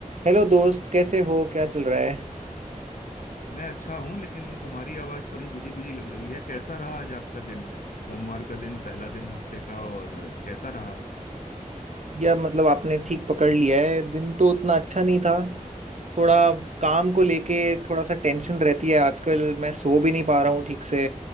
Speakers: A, on the right; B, on the left.
A: Hello दोस्त कैसे हो क्या चल रहा है
B: मैं अच्छा हूं लेकिन तुम्हारी आवाज थोड़ी बुझी बुझी लग रही है कैसा रहा आज आपका दिन सोमवार का दिन पहला दिन हफ्ते का और कैसा रहा
A: यार मतलब आपने ठीक पकड़ लिया है दिन तो उतना अच्छा नहीं था थोड़ा काम को लेके थोड़ा सा टेंशन रहती है आजकल मैं सो भी नहीं पा रहा हूँ ठीक से